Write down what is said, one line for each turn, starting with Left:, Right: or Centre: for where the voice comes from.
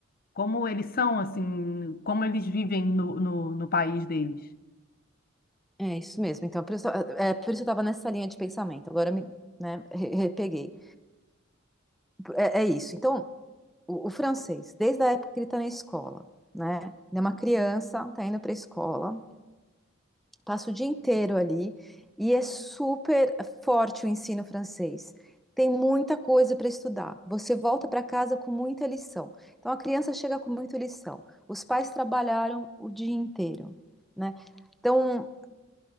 Left: Como eles são, assim, como eles vivem no, no, no país deles.
Centre: É isso mesmo. Então, por isso, é, por isso eu estava nessa linha de pensamento. Agora me, né, re- repeguei. É, é isso. Então, o, o francês, desde a época que ele está na escola, né? Ele é uma criança, está indo para a escola, passa o dia inteiro ali e é super forte o ensino francês. Tem muita coisa para estudar. Você volta para casa com muita lição. Então a criança chega com muita lição. Os pais trabalharam o dia inteiro, né? Então